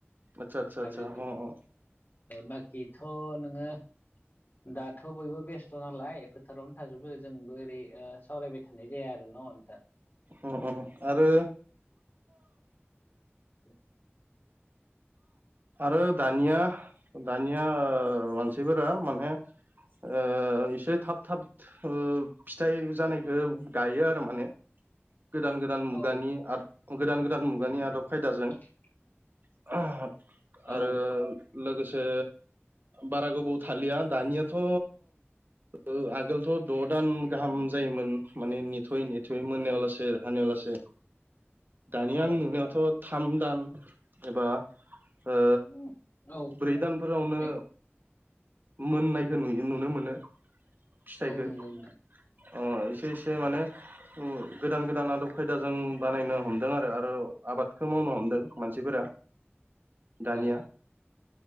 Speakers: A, on the right; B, on the left.
A: आतसा आतसा आतसा
B: आरो
A: अ अ
B: बाखिथ' नोङो दाथ' बयबो बेस्थ' नालाय फोथारावनो थाजोबो जोंबो ओरै सावरायबाय थानाय जाया आरो न'
A: अ अ आरो
B: <unintelligible>
A: आरो दानिया दानिया ओ मानसिफोरा माने ओ इसे थाब थाब ओ फिथाइ जानायखौ गायो आरो माने गोदान गोदान
B: औ
A: मुगानि आ गोदान गोदान मुगानि आदब खायदाजों
B: <inaudible>
A: <unintelligible> आरो
B: औ
A: लोगोसे बारा गोबाव थालिया दानियाथ' ओ आगोलथ' द' दान गाहाम जायोमोन माने नेथ'यै नेथ'यै मोनायाव लासे हानायाव लासे दानिया
B: औ
A: आं नुनायावथ' थाम दान एबा ओ
B: औ
A: ब्रै दान फोरावनो
B: ए-
A: मोननायखौ नुयो नुनो मोनो फिथाइखो
B: औ
A: अ
B: नंगौ नोंथां
A: एसे एसे माने उम गोदान गोदान आदब खायदाजों बानायनो हमदों आरो आरो आबादखौ मावनो हमदों मानसिफोरा दानिया
B: औ